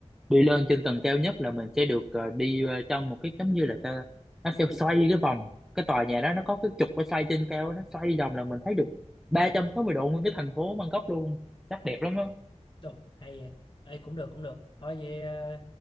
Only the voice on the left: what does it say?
Đồ, hay vậy. Ê, cũng được, cũng được. Thôi vậy, ờ,